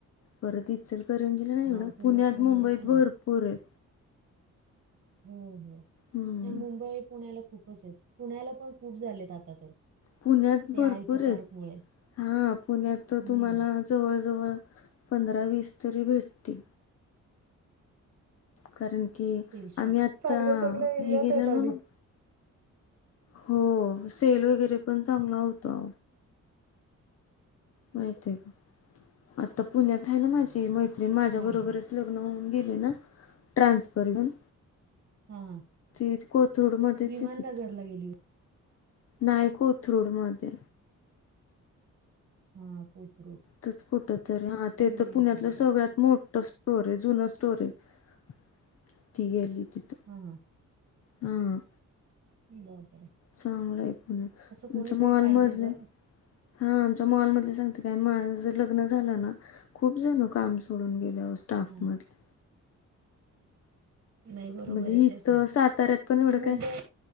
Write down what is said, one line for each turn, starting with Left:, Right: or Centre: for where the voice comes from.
Left: परत इचलकरंजी करंजीला नाही
Right: हां,
Left: एवढ
Right: कोल्हापूरमध्ये
Left: पुण्यात मुंबईत
Right: पण
Left: भरपूर
Right: आहे.
Left: आहेत..
Right: हो हो नाही
Left: हम्म
Right: मुंबई पुण्याला खूपच आहेत पुण्याला पण खूप झालेत आता तर
Left: पुण्यात
Right: ते
Left: भरपूर
Right: आयटी
Left: आहेत
Right: पार्कमुळे.
Left: हा पुण्यात तर
Right: हं,
Left: तुम्हाला जवळ जवळ पंधरा वीस तरी भेटतील. कारण की
Right: तिलशा
Left: आम्ही आता
Right: चांगल्या, चांगल्या एरियात
Left: हे गेलेलो
Right: आहेत आणि.
Left: ना हो सिव्हिल वगैरे पण चांगला होता. माहित आहे का आता पुण्यात आहे ना माझी मैत्रीण माझ्या
Right: हां,
Left: बरोबरच
Right: हां.
Left: लग्न होऊन गेली ना ट्रांसफर होऊन
Right: हां, हां.
Left: ती कोथरूड मध्येच
Right: विमाननगरला
Left: येतित.
Right: गेली होती.
Left: नाय कोथरूड मध्ये.
Right: हा कोथरूड.
Left: तिथंच कुठ तरी हा
Right: तो पण
Left: ते
Right: एरिया
Left: तर पुण्यातलं
Right: चांगला आहे.
Left: सगळ्यात मोठ स्टोर आहे जुन स्टोर आहे ती गेली तिथं.
Right: हम हम..
Left: हं.
Right: बर.
Left: चांगलंय पुन आमचं
Right: कोणीतरी
Left: मॉलमधले
Right: पाहिजे गं.
Left: हा आमच्या मॉलमधले सांगते काय, माझं जर लग्न झालं ना, खूप जण काम सोडून गेले आओ स्टाफ
Right: हां.
Left: मधले.
Right: नाही बरोबर
Left: म्हणजे
Right: आहे
Left: इथं
Right: तेच ना
Left: साताऱ्यात पण एवढं
Right: हे मुंबई
Left: काय